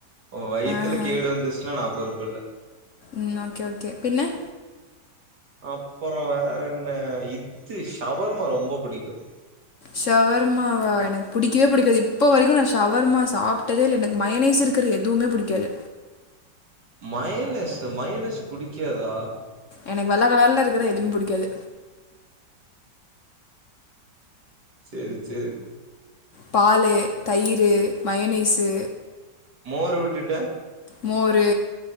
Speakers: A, on the right (about 65°); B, on the left (about 50°).
A: ஓன் வய்த்ல
B: ஆஹா
A: கேடு வந்துச்சுன்னா நான் பொறுப்புல
B: ம் ஓகே ஓகே பின்ன
A: அப்புறம் வேற என்ன இது ஷவர்மா ரொம்ப பிடிக்கும்
B: ஷவர்மாவா எனக்கு பிடிக்கவே பிடிக்காது இப்போ வரைக்கும் நான் ஷவர்மா சாப்பிட்டதே இல்ல எனக்கு மயனேஸ் இரு க்குற எதுவுமே புடிக்காது
A: மயோனிஸ் மயோனிஸ் புடிக்காதா
B: எனக்கு வெள்ள கலர்ல இருக்கற எதுமே புடிக்காது
A: சேரி சேரி
B: பாலு தயிரூ மயோனிசு
A: மோரு விட்டுட்ட
B: மோரு